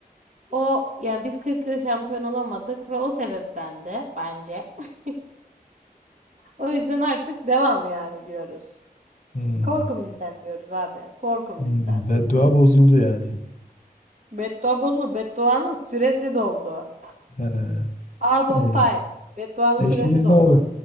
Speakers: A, on the right; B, on the left.
A: O yani biz 40 yıl şampiyon olamadık ve o sebepten de bence. <laughs> O yüzden artık devam yani diyoruz.
B: Hmm.
A: Korkun bizden diyoruz abi. Korkun
B: Hmm.
A: bizden.
B: Beddua bozuldu yani.
A: Beddua bozuldu. Bedduanın süresi doldu.
B: He.
A: Out
B: E,
A: of time. Bedduanın
B: e
A: süresi
B: şimdi
A: doldu.
B: ne oldu?